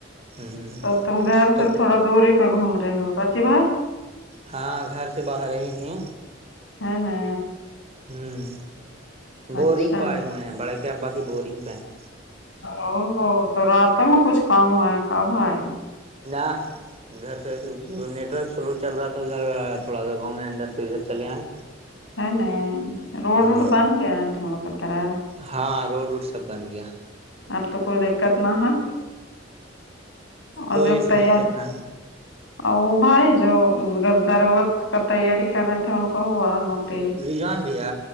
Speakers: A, on the right; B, on the left.
A: ہ <unintelligible>
B: تو تم گھر سے
A: تو
B: تھوڑا دوری پہ گھوم رہے ہو کاچی بھائی
A: ہاں گھر سے باہر ہی تھے
B: ہاں نہیں <unintelligible>
A: ہوں بورنگ
B: اچھا ہے،
A: پہ آئے ہوئے ہیں بڑے کے ابا کی بورنگ پہ ہیں
B: او تو راتوں میں کچھ کام ہو ہے کبھائی
A: ا ادھر سےھر نیٹ ورک سلو چل رہا تھا ادھر تھوڑا سا گاؤں میں اندر تو ادھر چلے آئے
B: ہ نہیں روڈ روڈ
A: ہ
B: بند گیا ن تم لوگ تراس
A: ہاں روڈ ووڈ سب بن گیا
B: اب تو کوئی دقت نہ ہے اور
A: کوئی
B: جو
A: ایسی
B: تیار
A: دقت نہ
B: اور ا با ہے جو درغت کا تیاری کر ان کو ہوا نوکری
A: ہے رجوان بھیا